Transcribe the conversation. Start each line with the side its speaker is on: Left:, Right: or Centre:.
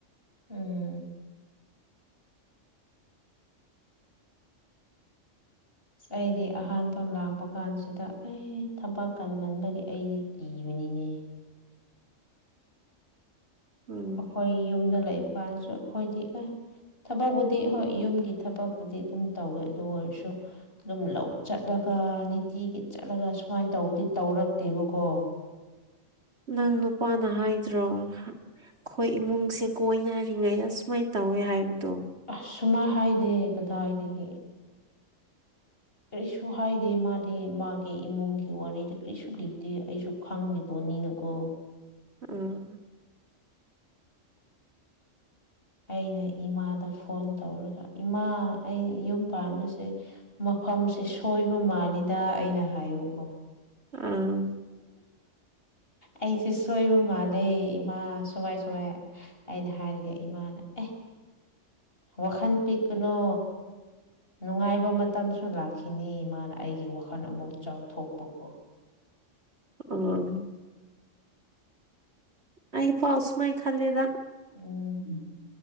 Left: ꯎꯝ ꯑꯁ ꯑꯩꯗꯤ ꯑꯍꯥꯟꯕ ꯂꯥꯛꯄ ꯀꯥꯟꯁꯤꯗ ꯑꯦ ꯊꯕꯛ ꯀꯟꯃꯟꯕꯒꯤ ꯑꯩꯗꯤ ꯀꯤꯕꯅꯤꯅꯦ
Right: ꯎꯝ
Left: ꯑꯩꯈꯣꯏ ꯌꯨꯝꯗ ꯂꯩꯕ ꯀꯥꯟꯗꯁꯨ ꯑꯩꯈꯣꯏꯗꯤ ꯑꯦ ꯊꯕꯛꯄꯨꯗꯤ ꯍꯣꯏ ꯌꯨꯝꯒꯤ ꯊꯕꯛꯄꯨꯗꯤ ꯑꯗꯨꯝ ꯇꯧꯋꯦ ꯑꯗꯨ ꯑꯣꯏꯔꯁꯨ ꯑꯗꯨꯝ ꯂꯧ ꯆꯠꯂꯒ ꯅꯤꯇꯤꯒꯤ ꯆꯠꯂꯒ ꯁꯨꯃꯥꯏꯅ ꯇꯧꯕꯗꯤ ꯇꯧꯔꯛꯇꯦꯕꯀꯣ
Right: ꯅꯪ ꯅꯨꯄꯥꯅ ꯍꯥꯏꯗ꯭ꯔꯣ ꯑꯩꯈꯣꯏ ꯏꯃꯨꯡꯁꯦ ꯀꯣꯏꯅꯔꯤꯉꯩꯗ ꯁꯨꯃꯥꯏꯅ ꯇꯧꯋꯦ ꯍꯥꯏꯕꯗꯣ
Left: ꯑꯁ ꯁꯨꯃꯥꯏꯅ ꯍꯥꯏꯗꯦ ꯀꯗꯥꯏꯗꯒꯤ ꯀꯔꯤꯁꯨ ꯍꯥꯏꯗꯦ ꯃꯥꯗꯤ ꯃꯥꯒꯤ ꯏꯃꯨꯡꯒꯤ ꯋꯥꯔꯤꯗ ꯀꯔꯤꯁꯨ ꯂꯤꯗꯦ ꯑꯩꯁꯨ ꯈꯪꯂꯤꯕꯣꯠꯅꯤꯅꯀꯣ
Right: ꯎꯝ
Left: ꯑꯩꯅ ꯏꯃꯥꯗ ꯐꯣꯟ ꯇꯧꯔꯒ ꯏꯃꯥ ꯑꯩ ꯌꯨꯝ ꯄꯥꯟꯕꯥꯁꯦ ꯃꯐꯝꯁꯦ ꯁꯣꯏꯕ ꯃꯥꯜꯂꯤꯗ ꯑꯩꯅ ꯍꯥꯏꯕꯀꯣ
Right: ꯑꯥ
Left: ꯑꯩꯁꯦ ꯁꯣꯏꯕ ꯃꯥꯜꯂꯦ ꯏꯃꯥ ꯁꯨꯃꯥꯏ ꯁꯨꯃꯥꯏ ꯑꯩꯅ ꯍꯥꯏꯔꯒꯦ ꯏꯃꯥꯅ ꯑꯦ ꯋꯥꯈꯜ ꯄꯤꯛꯀꯅꯣ ꯅꯨꯡꯉꯥꯏꯕ ꯃꯇꯝꯁꯨ ꯂꯥꯛꯈꯤꯅꯤ ꯃꯥꯅ ꯑꯩꯒꯤ ꯋꯥꯈꯜ ꯑꯃꯨꯛ ꯆꯥꯎꯊꯣꯛꯄꯀꯣ
Right: ꯎꯝ ꯑꯩꯐꯥꯎ ꯁꯨꯃꯥꯏ ꯈꯜꯂꯦꯗ
Left: ꯎꯝ